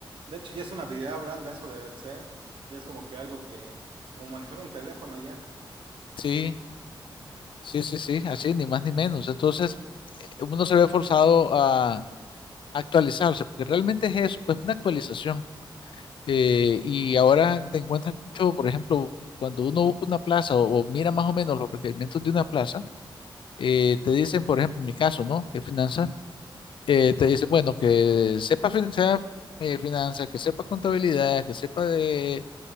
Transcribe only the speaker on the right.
de hecho ya es una habilidad blanda eso de Excel. Y es como que algo que, como manejar un teléfono ya.